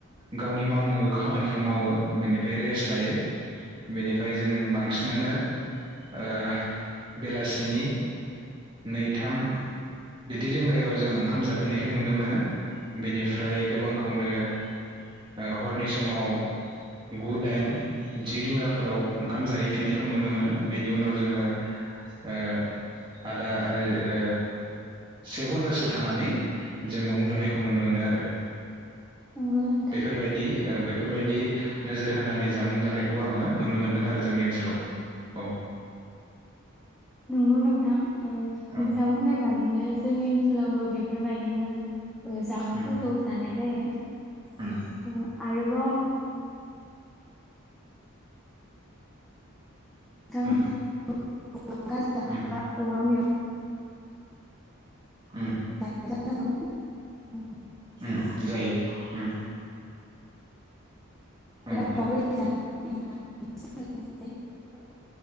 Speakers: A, on the right; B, in the centre.
A: गावनि मावनांगौ खामानिखौ मावो। बेनिफ्राय रेस्ट लायो बेनिफ्राय जों बांसिनानो ओ बेलासेनि नै थाम बिदि रिंगायाव जों ओंखाम जा फिनायखौ नुनो मोनो बेनिफ्राय गोबांखौनो ओ हरनि समाव गु दाइन जि रिंगाफोराव ओंखाम जाहैफिननायखौ नुनो मोनो बेनि उनाव जोङो ओ आदा ओ से घन्टासो थानानै जोङो उन्दुनायखौ नुनो मोनो आरो
B: नंगौ नोंथां
A: बेफोरबायदि ओं बे बेफोरबायदि नोजोर होनानै जामुं जानायखौ आङो नुनो मोनदों आरो जोंनि ओनसोलाव औ
B: नोंगौ नोंथां ओं नोंथां
A: औ
B: बुंनाय बादिनो जोंनि ओनसोलावबो बेफोरबायदिनो ओ जामुंफोरखौ
A: उम
B: जानाय जायो।
A: उम
B: ओ आरोबाव नोंथां
A: उम
B: <unintelligible>
A: उम
B: औवा मेव
A: उम।
B: <unintelligible>
A: उ जायो उम। औ
B: बेबा माबोरै जानो <inaudible> <unintelligible>